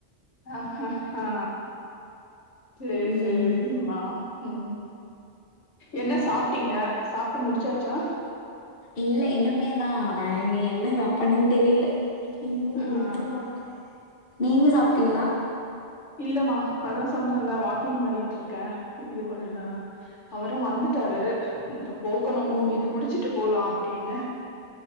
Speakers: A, on the left; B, on the left.
A: அஹ் அஹ் அ செரி
B: ம்
A: செரிம்மா ம் என்ன சாப்டீங்க சாப்டு முடிச்சாச்சா
B: இல்ல இன்னிமே தா அ நீ என்ன சாப்பான்னு தெரியல இந்த
A: ஆ
B: வீட்ல வாக் நீங்க சாப்பிட்டீங்களா
A: இல்லமா அதா சொன்னேல்ல வாக்கிங் பண்ணிட்டு இருக்கே இது கொஞ்ச அவரு வந்துட்டாரு இந்த போகணு
B: ஓ
A: இது முடிச்சுட்டு போலா அப்டின்னு